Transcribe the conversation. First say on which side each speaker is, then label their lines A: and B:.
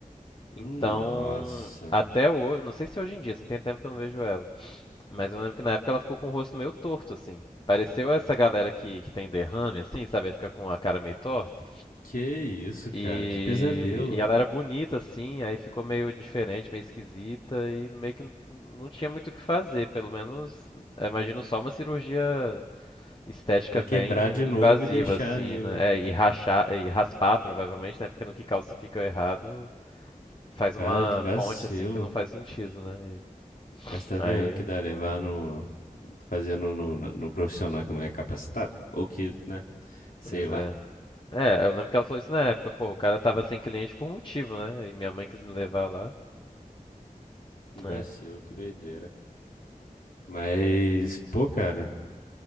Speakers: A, on the left; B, on the left.
A: Nossa.
B: Então, até hoje, não sei se hoje em dia, assim, tem tempo que eu não vejo ela. Mas eu lembro que na época ela ficou com o rosto meio torto, assim. Pareceu essa galera que, que tem derrame, assim, sabe? Aí Fica com a cara meio torta.
A: Que isso, cara?
B: E,
A: Que pesadelo.
B: e ela era bonita, assim, aí ficou meio diferente, meio esquisita, e meio que n- não tinha muito o que fazer, pelo menos, eu imagino só uma cirurgia estética
A: Pra quebrar
B: bem
A: de novo
B: invasiva,
A: e deixar
B: assim,
A: ali,
B: né?
A: né?
B: É, e rachar, e raspar, provavelmente, né? Porque no que calcifica errado, faz
A: Cara,
B: uma
A: que vacilo.
B: ponte, assim, que não faz sentido, né? E,
A: Mas tá
B: aí,
A: vendo que dá levar no. Fazer no, no, no profissional que não é capacitado? Ou que, né? Sei
B: pois
A: lá.
B: é. É, eu lembro que ela falou isso na época, pô, o cara tava sem cliente por motivo, né? E minha mãe quis me levar lá.
A: Que
B: É,
A: vacilo, que doideira. Mas, pô, cara,